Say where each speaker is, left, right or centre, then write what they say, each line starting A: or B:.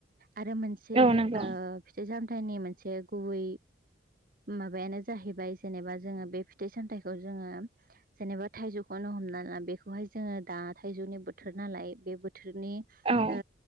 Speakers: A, on the right; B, on the right.
A: आरो मोनसे
B: औ नंगौ
A: ओ फिथाइ - सामथाइनि मोनसे गुबै माबायानो जाहैबाय जेनेबा जोङो बे फिथाइ- सामथाइखौ जोङो जेनेबा थाइजौखौ नो हमना ला बेखौहाय जोङो दा थाइजौनि बोथोर नालाय बे बोथोरनि
B: औ
A: ओ